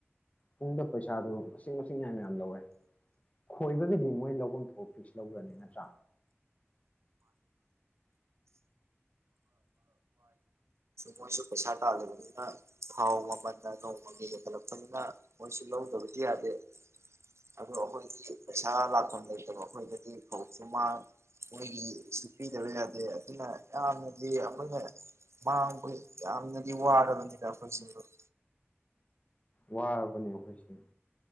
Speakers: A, on the left; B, on the right.
A: ꯄꯨꯡꯗ ꯄꯩꯁꯥꯗꯨ ꯃꯁꯤꯡ ꯃꯁꯤꯡ ꯌꯥꯝ ꯌꯥꯝ ꯂꯧꯔꯦ ꯈꯣꯢꯕꯒꯤꯗꯤ ꯃꯣꯢ ꯂꯧꯚꯝ ꯊꯣꯛꯄꯁꯨ ꯂꯧꯒ꯭ꯔꯅꯤ ꯅꯠꯇ꯭ꯔ
B: ꯃꯣꯢꯁꯨ ꯄꯩꯁꯥ ꯇꯥꯜꯂꯤꯕꯅꯤꯅ ꯊꯥꯎ ꯃꯃꯟꯅ ꯅꯣꯡꯃꯒꯤ ꯍꯦꯟꯒꯠꯂꯛꯄꯅꯤꯅ ꯃꯣꯢꯁꯨ ꯂꯧꯗꯕꯗꯤ ꯌꯥꯗꯦ ꯑꯗꯣ ꯑꯩꯈꯣꯢꯗꯤ ꯄꯩꯁꯥ ꯂꯥꯛꯐꯝ ꯂꯩꯇꯕ ꯑꯩꯈꯣꯢꯗꯗꯤ ꯐꯩꯁꯨ ꯃꯥꯡ ꯃꯣꯢꯒꯤꯁꯨ ꯄꯤꯗꯕ ꯌꯥꯗꯦ ꯑꯗꯨꯅ ꯌꯥꯝꯅꯗꯤ ꯑꯩꯈꯣꯢꯅ ꯃꯥꯡꯕꯒꯤ ꯌꯥꯝꯅꯗꯤ ꯋꯥꯔꯕꯅꯤꯗ ꯑꯩꯈꯣꯢꯁꯤ ꯃꯔꯨꯞ
A: ꯋꯥꯔꯕꯅꯤꯕꯣ ꯑꯩꯈꯣꯢꯁꯦ